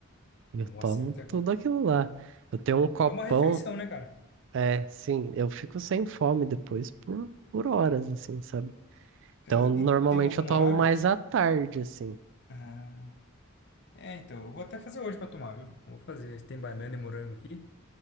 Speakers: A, on the right (about 60°); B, on the left (about 50°).
A: E
B: Nossa,
A: eu tomo
B: é muita
A: tudo
B: coisa.
A: aquilo lá. Eu tenho um copão,
B: É uma refeição, né, cara?
A: é, sim, eu fico sem fome depois por, por horas, assim, sabe? Então,
B: Aham.
A: normalmente
B: E tem algum
A: eu tomo
B: horário?
A: mais à tarde, assim.
B: Ah. É, então, eu vou até fazer hoje pra tomar, viu? Vou fazer. Tem banana e morango aqui.